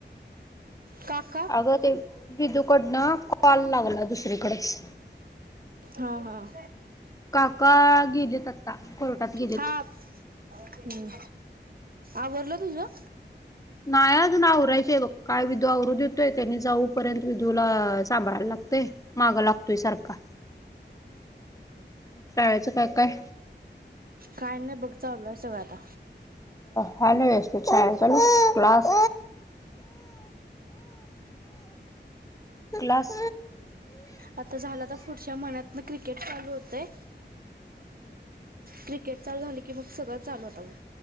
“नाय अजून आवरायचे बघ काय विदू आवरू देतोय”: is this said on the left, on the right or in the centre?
Left